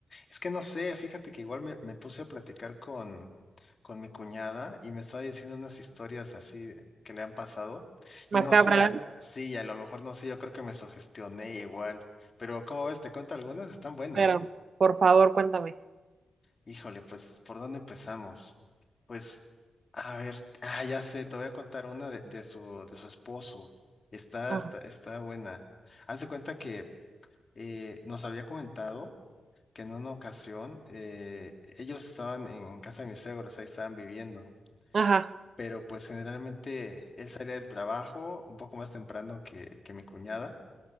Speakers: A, on the left (about 40°); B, on the right (about 50°).
A: Es que no sé, fíjate que igual me, me puse a platicar con, con mi cuñada y me estaba diciendo unas historias así de- que le han pasado. Y
B: macabras,
A: no sé, a- sí, a lo mejor no sé, yo creo que me sugestioné igual. Pero, ¿cómo ves? Te cuento algunas, están buenas.
B: pero por favor cuéntame.
A: Híjole, pues, ¿por dónde empezamos? Pues, a ver, ah, ya sé, te voy a contar una de, de su, de su esposo. Está,
B: Ah,
A: está, está buena. Haz de cuenta que eh, nos había comentado que en una ocasión eh, ellos estaban en casa de mis suegros, ahí estaban viviendo.
B: ajá.
A: Pero pues generalmente él salía del trabajo un poco más temprano que, que mi cuñada.